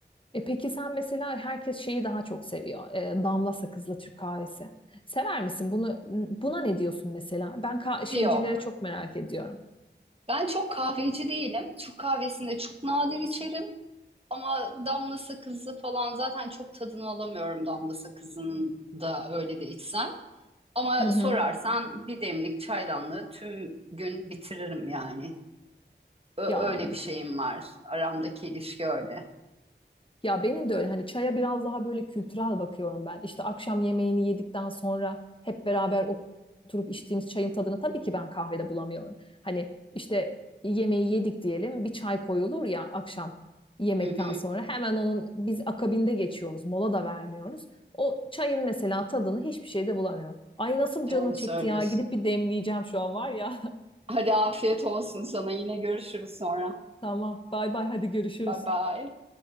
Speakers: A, on the left; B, on the right.
A: E peki sen mesela herkes şeyi daha çok seviyor. E, damla sakızlı Türk kahvesi. Sever misin bunu? Buna ne diyorsun mesela? Ben ka- şeycilere
B: Yok.
A: çok merak ediyorum.
B: Ben çok kahveci değilim. Türk kahvesinde çok nadir içerim. Ama damla sakızı falan zaten çok tadını alamıyorum damla sakızının da öyle de içsem. Ama
A: Hı hı.
B: sorarsan bir demlik çaydanlığı tüm gün bitiririm yani. Ö-
A: Ya
B: öyle bir şeyim var. Aramdaki ilişki öyle.
A: Ya benim de öyle hani çaya biraz daha böyle kültürel bakıyorum ben. İşte akşam yemeğini yedikten sonra hep beraber oturup içtiğimiz çayın tadını tabii ki ben kahvede bulamıyorum. Hani işte yemeği yedik diyelim bir çay koyulur ya akşam yemekten
B: Hı hı,
A: sonra hemen onun biz akabinde geçiyoruz mola da vermiyoruz. O çayın mesela tadını hiçbir şeyde bulamıyorum. Ay nasıl canım
B: doğru
A: çekti
B: söylüyorsun.
A: ya gidip bir demleyeceğim şu an var ya.
B: Hadi afiyet olsun sana. Yine görüşürüz sonra.
A: <laughs> Tamam bay bay hadi görüşürüz.
B: Bye bye.